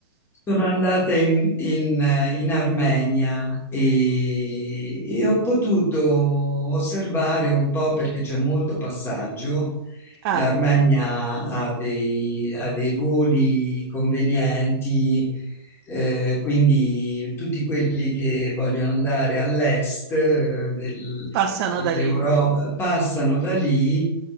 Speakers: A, on the left; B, on the right.
A: Sono andata in, in- in Armenia e, e ho potuto osservare un po' perché c'è molto passaggio.
B: Eh,
A: L'Armenia ha dei, ha dei voli convenienti, eh, quindi tutti quelli che vogliono andare all'est, eh, del-
B: passano
A: dell'Europa
B: da lì.
A: passano da lì